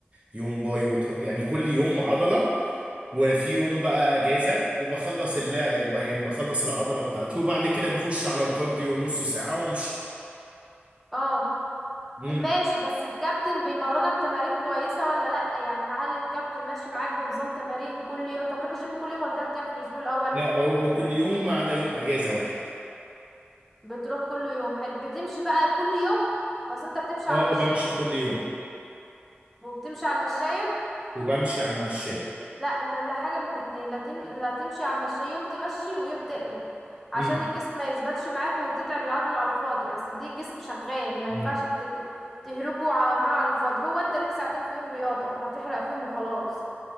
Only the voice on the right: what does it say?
يوم باي وتر... يعني كل يوم عضله وفي يوم بقى اجازه وبخلص اللعب يعني بخلص العضله بتاعتي وبعد كده بخش على الكارديو نص ساعه وامشي
مم.
لا بروحه كل يوم ما عدا يوم اجازه واحد
اه
بمشي كل يوم
وبمشي على المشايه
مم.
مم.